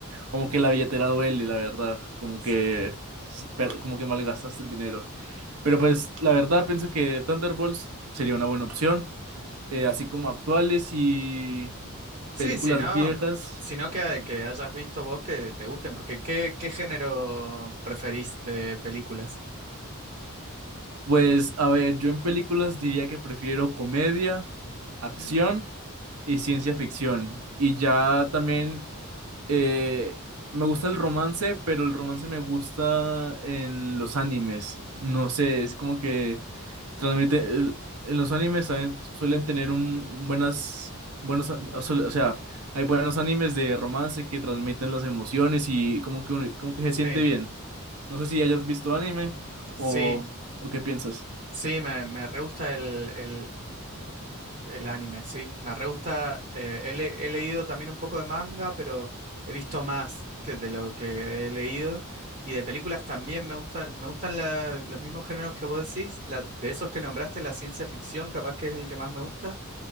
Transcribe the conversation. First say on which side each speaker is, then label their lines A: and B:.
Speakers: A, on the right; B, on the right.
A: como que la billetera duele, la verdad, como
B: Sí.
A: que s- per- como que malgastaste el dinero. Pero pues la verdad pienso que Thunderbolts sería una buena opción, eh, así como actuales y
B: Sí,
A: películas
B: sí, no.
A: viejas.
B: Sino que, que hayas visto vos que te gusten, porque ¿qué, qué género preferís de películas?
A: Pues, a ver, yo en películas diría que prefiero comedia, acción
B: Ujú.
A: y ciencia ficción. Y ya también eh, me gusta el romance, pero el romance me gusta en los animes. No sé, es como que transmite. el- en los animes saben- suelen tener un, buenas, buenos, a- suele- o sea, hay buenos animes de romance que transmiten las emociones y como que, un- como que se
B: Sí,
A: siente bien. No sé si hayas visto anime
B: sí,
A: o, o qué piensas.
B: sí, me, me re gusta el, el El anime, sí. Me re gusta. eh, he, le- he leído también un poco de manga, pero he visto más que de lo que he leído. Y de películas también me gustan, me gustan la- los mismos géneros que vos decís. La- de esos que nombraste, la ciencia ficción, capaz que es el que más me gusta.